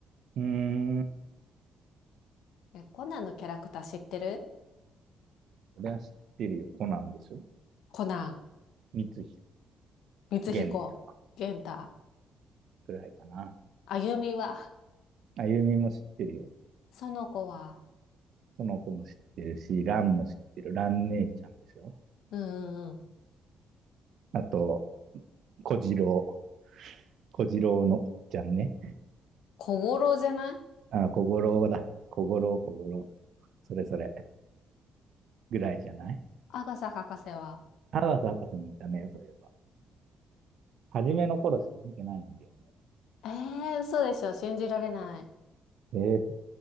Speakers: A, on the right; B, on the left.
A: ーん。
B: え、コナンのキャラクター知ってる
A: それは知ってるよ。コナンでしょ
B: コナン、
A: 光彦、
B: 光彦、
A: 玄太
B: 玄太、
A: くらいかな。
B: あゆみは、
A: あゆみも知ってるよ。
B: その子は、
A: その子も知ってるし、ランも知ってる。ラン姉ちゃんでしょ
B: うんうんうん。
A: あと、小次郎、小次郎のおちゃんね。
B: 小五郎じゃない
A: あ、小五郎だ。小五郎、小五郎。それそれ。ぐらいじゃない
B: アガサ博士は。
A: 博士博士もいたね、そういえば。初めの頃しか見てないんだよ
B: ええー、嘘でしょ。信じられない。
A: ね。えー、